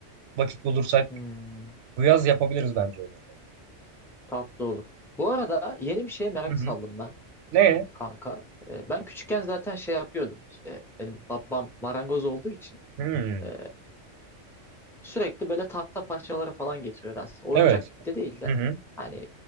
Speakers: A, on the right; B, in the centre.
A: vakit bulursak
B: Hmm.
A: Bu yaz yapabiliriz bence onu.
B: Tatlı olur. Bu arada yeni bir şeye merak
A: Hı hı.
B: saldım ben
A: Ne?
B: kanka. Ee, ben küçükken zaten şey yapıyordum. İşte benim babam marangoz olduğu için
A: Hmm.
B: ee, sürekli böyle tahta parçaları falan getiriyordu aslında. Oyuncak
A: Evet.
B: gibi de değil de.
A: Hı hı.
B: Hani